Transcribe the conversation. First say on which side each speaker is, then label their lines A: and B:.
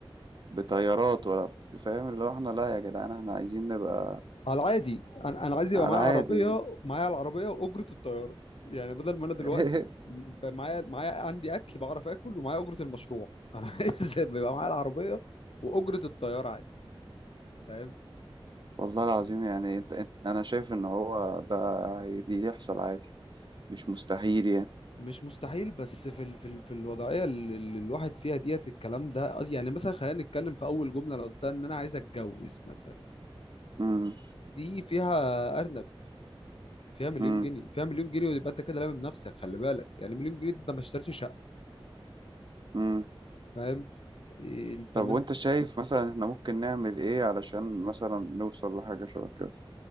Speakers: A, on the right; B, on the left.
A: بطيارات ولا بت- فاهم اللي هو احنا لا يا جدعان احنا عايزين نبقى
B: على العادي أنا أنا عايز يبقى
A: على
B: معايا
A: عادي
B: عربية
A: يعني.
B: معايا العربية وأجرة الطيارة يعني بدل ما أنا دلوقتي
A: <laughs>
B: ب- معايا معايا عندي أكل بعرف آكل ومعايا أجرة المشروع <laughs> أنا عايز يبقى معايا العربية وأجرة الطيارة عادي فاهم؟
A: والله العظيم يعني انت, انت أنا شايف إن هو ده دي يحصل عادي مش مستحيل يعني
B: مش مستحيل بس في ال... في ال... في الوضعيه اللي اللي الواحد فيها ديت الكلام ده أص- يعني مثلا خلينا نتكلم في اول جمله انا قلتها ان انا عايز اتجوز مثلا
A: مم.
B: دي فيها ارنب فيها مليون
A: مم.
B: جنيه فيها مليون جنيه ويبقى انت كده لامم نفسك خلي بالك يعني مليون جنيه ده انت ما اشتريتش شقه
A: مم.
B: فاهم إيه، انت
A: طب
B: من
A: وأنت شايف مثلا احنا ممكن نعمل إيه علشان مثلا نوصل لحاجة شبه كده